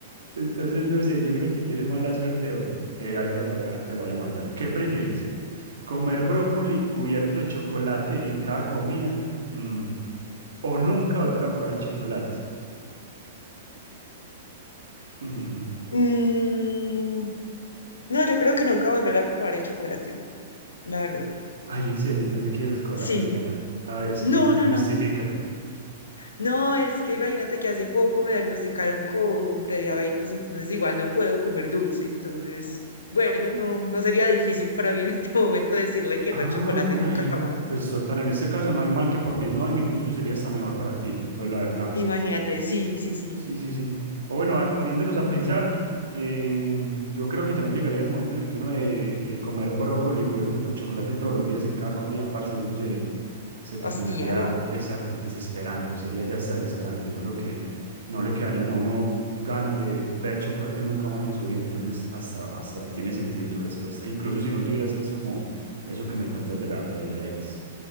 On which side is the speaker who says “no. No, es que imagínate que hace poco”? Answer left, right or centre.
Left